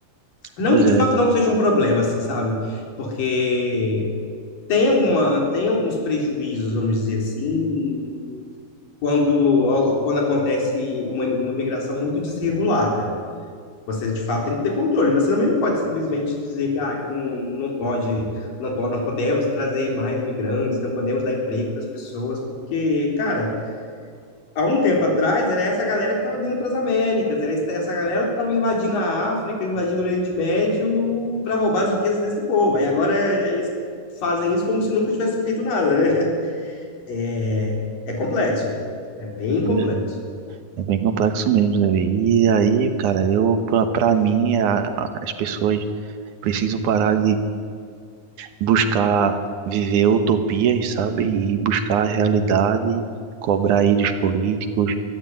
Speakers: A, on the left (about 75°); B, on the right (about 70°).
A: Não
B: Pois
A: que de
B: é.
A: fato não seja um problema, assim, sabe? Porque tem alguma, tem alguns prejuízos, vamos dizer assim, quando, quando acontece uma, uma migração muito desregulada. Você, de fato, tem que ter controle, mas você também não pode simplesmente dizer que, ah, que não, não pode, não pode, não podemos trazer mais imigrantes, não podemos dar emprego para as pessoas, porque, cara, há um tempo atrás era essa galera que estava vindo para as Américas, era essa essa galera que estava invadindo a África, invadindo o Oriente Médio para roubar as riquezas desse povo. Aí agora eles fazem isso como se nunca tivessem feito nada, né? <laughs> É, é complexo, é bem complexo.
B: Pois é, é bem complexo mesmo, Levi. E aí, cara, eu, pra, pra mim, é a- a- as pessoas precisam parar de buscar viver utopias, sabe? E buscar a realidade, cobrar aí dos políticos,